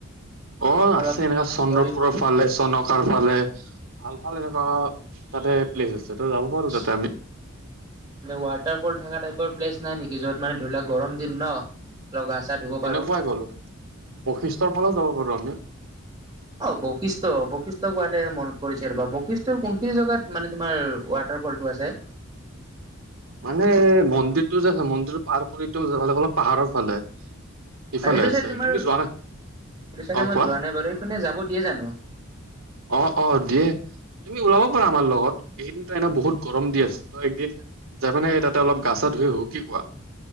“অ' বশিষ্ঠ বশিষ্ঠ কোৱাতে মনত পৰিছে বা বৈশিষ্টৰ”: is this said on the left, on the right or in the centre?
Right